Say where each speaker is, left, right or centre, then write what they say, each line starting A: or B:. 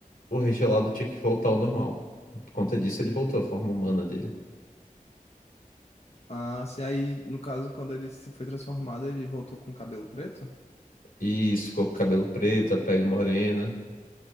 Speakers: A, on the left; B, on the left.
A: o regelado tinha que voltar ao normal. Por conta disso, ele voltou à forma humana dele.
B: Ah, assim, aí, no caso, quando ele se foi transformado, ele voltou com o cabelo preto?
A: E isso ficou com o cabelo preto, a pele morena,